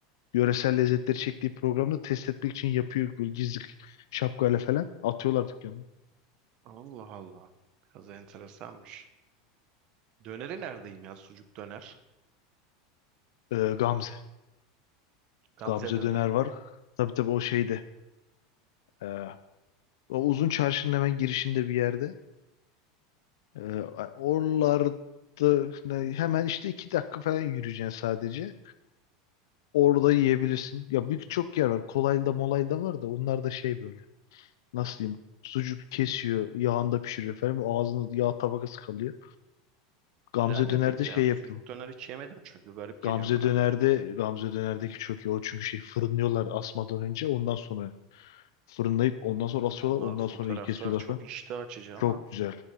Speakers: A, on the left; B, on the right.
A: yöresel lezzetleri çektiği programda test etmek için yapıyor böyle gizli şapkayla falan atıyorlar dükkanı.
B: Allah Allah. Biraz enteresanmış. Döneri neredeyim ya? Sucuk döner.
A: Ee, Gamze.
B: Gamze
A: Gamze
B: döner.
A: döner var. Tabii tabii o şeyde. ee, o uzun çarşının hemen girişinde bir yerde. Ee, oralarda ne- hemen işte iki dakika falan yürüyeceksin sadece. Orada yiyebilirsin. Ya büyük çok yer var. Kolaylı molaylı da var da onlar da şey böyle. Nasıl diyeyim? Sucuk kesiyor, yağında pişiriyor falan. Ağzında yağ tabakası kalıyor. Gamze
B: Güzel mi
A: Döner'de
B: peki
A: şey
B: ya? Sucuk
A: yapıyor.
B: döner hiç yemedim çünkü garip geliyor
A: Gamze
B: bana.
A: Döner'de Gamze Döner'deki çok iyi. O çünkü şey fırınlıyorlar asmadan önce ondan sonra fırınlayıp ondan sonra asıyorlar
B: Allah
A: ondan
B: fotoğraflar
A: sonra iyi kesiyorlar
B: çok
A: falan.
B: iştah açıcı
A: Çok
B: ama
A: güzel.